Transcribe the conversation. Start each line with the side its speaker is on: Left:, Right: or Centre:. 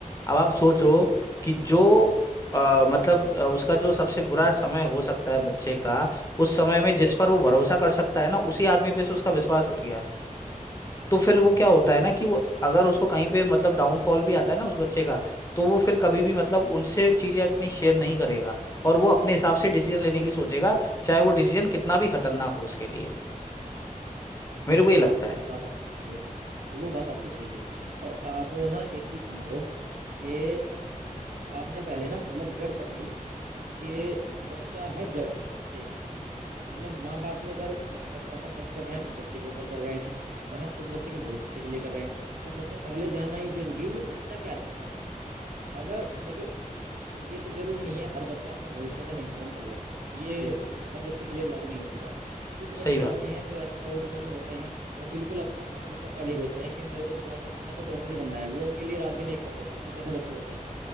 Left: अब आप सोचो कि जो अ, मतलब अ, उसका जो सबसे बुरा समय हो सकता है बच्चे का उस समय में जिस पर वो भरोसा कर सकता है ना उसी आदमी पे से उसका विश्वास उठ गया तो फिर वो क्या होता है ना कि
Right: हम्म,
Left: वो अगर उसको कहीं पे मतलब डाउनफॉल भी आता है ना उस बच्चे का तो वो फिर कभी भी मतलब उनसे चीजें अपनी शेयर नहीं करेगा और वो अपने हिसाब से डिसीजन लेने की सोचेगा चाहे वो डिसीजन कितना भी खतरनाक हो उसके लिए मेरे को ये
Right: सर
Left: लगता है
Right: ये बात आपकी सही है वो बात आपकी सही है पर आप ना एक चीज समझो कि आपने पहले ना मतलब जड़ पकड़ी कि बच्चा है जड़ एक मतलब माँ बाप भी अगर अ, पैसा खर्च कर रहे हैं उस बच्चे के ऊपर कर रहे हैं है ना उस बच्चे के भविष्य के लिए कर रहे हैं तो सबसे पहले जानना ये जरूरी है ये बच्चा क्या चाहता है अगर देखो ये तो जरूरी नहीं है हर बच्चा अपना भविष्य का निर्धारण कर लेगा ये
Left: सही
Right: हर बच्चे के लिए लागू नहीं होती बात कुछ
Left: सही
Right: बच्चे
Left: बात
Right: ऐसे हैं जो एक्स्ट्रा ऑर्डिनरी होते हैं और बिल्कुल अपने फैसलों पर अड़िग होते हैं कि मेरे को तो डॉक्टर बनना है तो डॉक्टर ही बनना है वो उनके लिए रात दिन एक कर देते हैं कुछ ऐसे बच्चे होते हैं